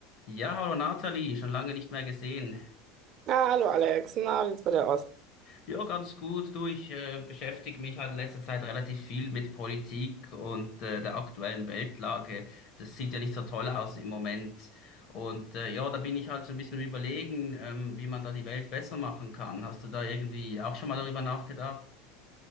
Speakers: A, on the left; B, on the right.
A: Ja, hallo Nathalie, schon lange nicht mehr gesehen.
B: Ja, hallo Alex, na, wie sieht's bei dir aus?
A: Ja, ganz gut. Du, ich äh, beschäftige mich halt in letzter Zeit relativ viel mit Politik und äh, der aktuellen Weltlage. Das sieht ja nicht so toll aus im Moment. Und äh, ja, da bin ich halt so ein bisschen am Überlegen, ähm, wie man da die Welt besser machen kann. Hast du da irgendwie auch schon mal darüber nachgedacht?